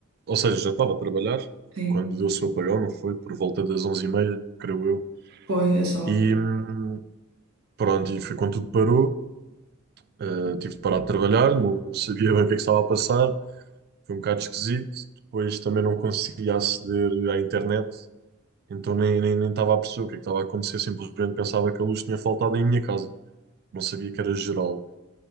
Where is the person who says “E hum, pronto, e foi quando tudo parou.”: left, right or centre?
Right